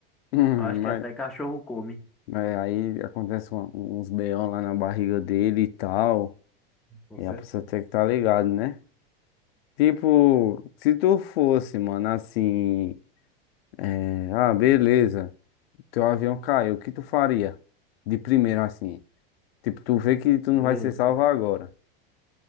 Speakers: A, on the left; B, in the centre.
A: Hum,
B: Eu acho que
A: Mas,
B: até cachorro come.
A: mas aí acontece uma- uns BO lá na barriga dele e tal.
B: Com
A: E
B: certeza.
A: a pessoa tem que estar tá ligado, né? Tipo, se tu fosse, mano, assim. é, ah, beleza. teu avião caiu, o que tu faria? De primeiro, assim. Tipo, tu vê que tu não
B: Eita.
A: vai ser salvo agora.